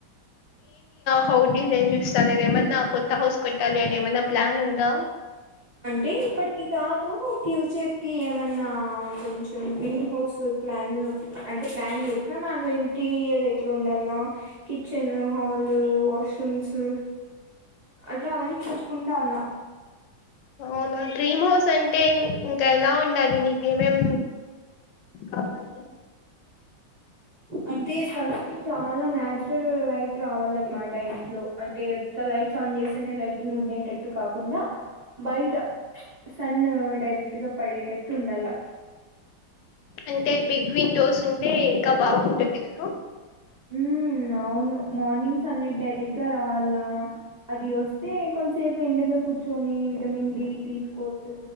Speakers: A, on the left (about 80°); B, on the right (about 75°).
A: హౌట్ డిజైన్ చూస్తానేది ఏమన్నా కొత్త హౌస్ కట్టాలి అని ఏమన్నా ప్లాన్ ఉందా.
B: అంటే ఇప్పటికి కాదు ఫ్యూచర్ కి, ఏమన్నా కొంచెం డ్రీమ్ హౌస్ ప్లాన్లు అంటే, ప్లాన్ చేసినా దాంట్లో ఇంటీరియర్ ఎట్లా ఉండాలి, కిచెన్, హల్ వాష్రూమ్స్, అట్లా అవన్నీ చూసుకుంటా ఉన్నా.
A: అవునా డ్రీమ్ హౌస్ అంటే ఇంకా ఎలా ఉండాలి నీకేమేం కావాలి
B: అంటే ఫస్ట్ చాలా న్యాచురల్ లైట్ రావాలన్నమాట ఇంట్లో, అంటే ఉత్త లైట్స్ ఆన్ చేస్తేనే లైటింగ్ ఉండేటట్టు కాకుండా, బయట సన్ డైరెక్ట్ గా పడేటట్టు ఉండాల.
A: అంటే బిగ్ విండోస్ ఉంటే ఇంకా బాగుంటుంది కదా.
B: ఉమ్ అవును మార్నింగ్ సన్లైట్ డైరెక్ట్ గా రావాల్ల, అది వస్తే కొంచసేపు ఎండలో కూర్చొని, విటమిన్ డి తీసుకోవచ్చు,